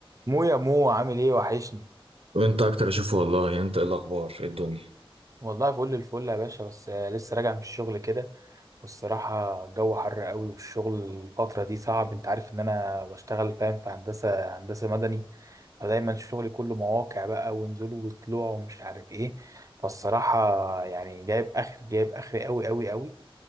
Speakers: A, on the right; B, on the right.
A: مو يا مو عامل ايه وحشني
B: وانت اكتر اشوفه والله يعني انت ايه الاخبار ايه الدنيا
A: والله فل الفل يا باشا بس آه، لسه راجع من الشغل كده والصراحة الجو حر قوي والشغل الفترة دي صعب انت عارف ان انا بشتغل فاهم في هندسة هندسة مدني فدايما شغلي كله مواقع بقى ونزول وطلوع ومش عارف ايه فالصراحة يعني جايب اخر جايب اخر قوي قوي قوي